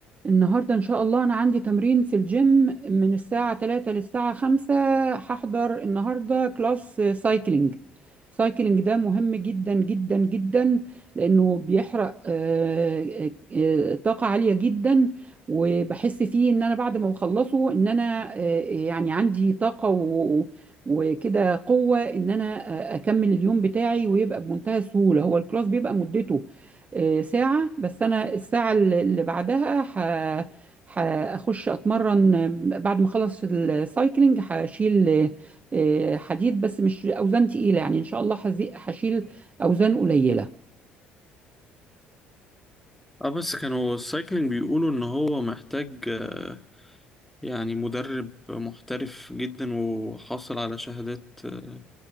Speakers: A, on the right (about 30°); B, in the centre.
A: النهاردة إن شاء الله أنا عندي تمرين في الجيم من الساعة 3 للساعة 5 هحضر النهاردة كلاس سايكلينج سايكلينج ده مهم جدا جدا جدا لأنه بيحرق آه، آه، آه، طاقة عالية جدا وبحس فيه إن أنا بعد ما بخلصه إن أنا آه، يعني عندي طاقة و- و- وكده قوة إن أنا آه، أكمل اليوم بتاعي ويبقى بمنتهى السهولة هو الكلاس بيبقى مدته آه، ساعة بس أنا الساعة اللي اللي بعدها ح... هخش أتمرن آه، بعد ما أخلص السايكلينج هشيل آه، آه، حديد بس مش أوزان تقيلة يعني إن شاء الله هزي- هشيل أوزان قليلة
B: اه بس كانوا السايكلينج بيقولوا ان هو محتاج آه، يعني مدرب محترف جدا وحاصل على شهادات آه،